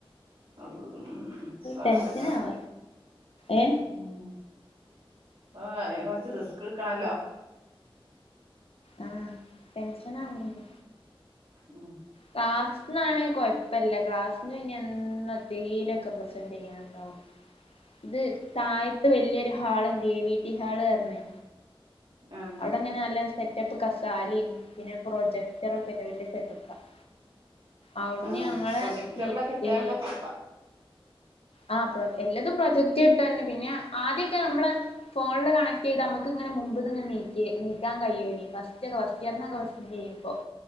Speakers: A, on the right; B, on the left.
A: <unintelligible> സാറാണ്ല്ലാ
B: ടെൻഷനാവ ഏ
A: ഉൂം ആ അയിന് കൊറച്ച് റിസ്ക് ക്കണല്ലോ?
B: ആ ടെൻഷൻ ആവ്ന്ട്
A: <unintelligible>
B: ക്ലാസ്നാണ് കൊഴപ്പല്ല ക്ലാസ്ന് പിന്ന എന്നും ന്തലൊക്കെ പ്രസന്റ് ചെയ്യാൻണ്ടാവും.
A: <unintelligible>
B: ഇത് താഴത്ത് വല്ല്യരുഹാൾ. വേ വീട്ടി ഹാള്റഞ്ഞ്
A: ആഹ്
B: അവിടെങ്ങനെ ന്നല്ല സെറ്റപ്പ് കസാലിം പിന്നെ പ്രൊജക്ടറൊക്കെല്ലെ വല്ല്യസെറ്റപ്പണ്. അവ്ട്ന്ന്
A: ആഹ്
B: ഞങ്ങളെ
A: പ്രൊജക്ടറിലൊക്കെ
B: ഇ
A: ഇട്ടാണ്ടാക്കി
B: ഏ ആ പ്ര എല്ലതും പ്രൊജക്റ്റ് കിട്ടാൺ പിന്നെ ആദ്യൊക്കെ മ്മളെ ഫോണ്‌ല് കണക്ട് ഇതാ മ്മക്ക് ഇങ്ങനെ മുമ്പുന്ന് ങ്ങനെ നീക്കി നീക്കാൻ കഴിയോന്ന് ഫസ്‌റ്റോക്കേ ഫസ്റ്റിയർ നോക്കേ <unintelligible>